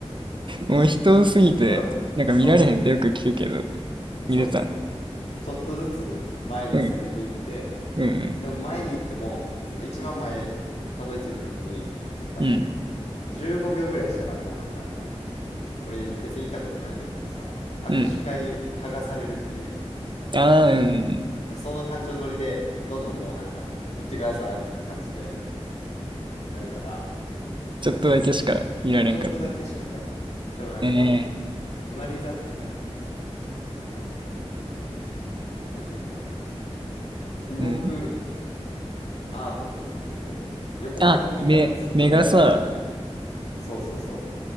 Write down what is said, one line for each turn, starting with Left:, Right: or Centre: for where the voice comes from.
Right: もう人多すぎて、
Left: そう、
Right: なんか見られへんってよく聞くけど、
Left: 人多すぎた。そうそう。
Right: 見れたん。
Left: ちょっとずつ前に攻めていって、
Right: うん。うん。
Left: でも前に行っても、その一番前、たどり着いた時に、なんか、
Right: うん。
Left: 15秒ぐらいしたらもうなんかあの、なんていうの俺別に行ったことないねんけどさ、握手会って剥がされるって言うやん。
Right: うん。
Left: なんかあの、
Right: ああ、
Left: あれだよな。
Right: うん。
Left: なんかその感情乗りで、どんどんもうなんか、行ってくださいみたいな感じでなるから、
Right: ちょっとだけしか見られんかったな。
Left: そう。そう、ちょっとだけしか見られへん。でもなんか、
Right: ええ
Left: モナ・リザってなんかそのなんていうのなんて言ったらいいのあの動く
Right: うん。
Left: アートみたいな感じでこう横から見たらずっと見られてるみたいな
Right: あ、目、目がさ、
Left: そうそうそ